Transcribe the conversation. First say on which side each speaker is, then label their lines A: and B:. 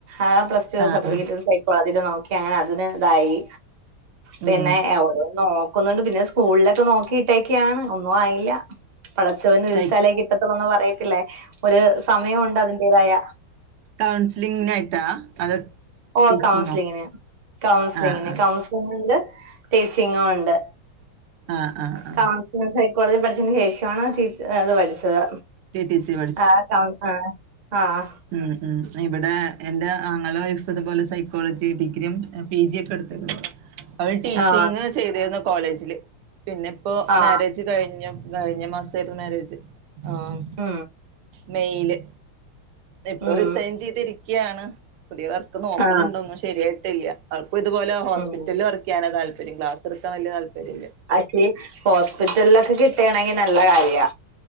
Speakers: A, on the right (about 40°); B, on the right (about 85°).
A: ആഹ് പ്ലസ് ടു
B: ആഹ്
A: സർട്ടിഫിക്കറ്റ്
B: ആഹ്
A: സൈക്കോളജിന്റെ നോക്കി അങ്ങനെ അതിന് ഇതായി. പിന്നെ
B: ഉം
A: ഓരോ നോക്കുന്നുണ്ട്, പിന്നെ സ്കൂളിലൊക്കെ നോക്കിട്ടേക്കാണ്, ഒന്നും ആയില്ല. പടച്ചവന് വിധിച്ചാലേ
B: സൈ
A: കിട്ടത്തുള്ളൂന്ന് പറയത്തില്ലേ? ഒരു സമയമുണ്ട് അതിന്റേതായ.
B: കൗൺസിലിംങ്ങിനായിട്ടാ അതോ
A: ഓഹ്
B: ടീച്ചിങ്ങോ
A: കൗൺസിലിംങ്ങിന്, കൗൺസിലിംങ്ങിന്,
B: ആഹ് ആഹ്
A: കൗൺസിലിംങ്ങിന്റെ ടീച്ചിങ്ങും ഒണ്ട്,
B: ആഹ് ആഹ് ആഹ്
A: കൗ ഞാൻ സൈക്കോളജി പഠിച്ചതിന് ശേഷാണ് ടീച് അത് പഠിച്ചത്.
B: ടി ടി സി
A: ആഹ് <unintelligible> ആ ആഹ്
B: മ് മ് ഇവട എന്റെ ആങ്ങളടെ വൈഫ് ഇതുപോലെ സൈക്കോളജി ഡിഗ്രിയും എ പി ജി ഒക്കെ <unintelligible> അവള് ടീച്ചിങ്
A: ആ
B: ചെയ്തിരുന്നു കോളേജില്, പിന്നെ ഇപ്പോ
A: ആ
B: മാരേജ് കഴിഞ്ഞ കഴിഞ്ഞ മാസമായിരുന്നു മാരേജ് ആഹ്
A: മ്
B: മെയില്, ഇപ്പ
A: ഉം
B: റിസൈൻ ചെയ്തിരിക്കയാണ്, പുതിയ വർ ക്ക് നോക്കുണണ്ടൊന്നും
A: ആ
B: ശരിയായിട്ടില്ല, അത് ഇപ്പ ഇതുപോലെ ഹോസ്പിറ്റല്
A: ഉം
B: വർക് ക്ക് ചെയ്യാനാ താല്പര്യം, ക്ലാസ് എടുക്കാൻ വല്യ താല്പര്യല്ല.
A: <unintelligible> ഹോസ്പിറ്റലിലൊക്കെ കിട്ടുണെങ്കി നല്ല കാര്യ.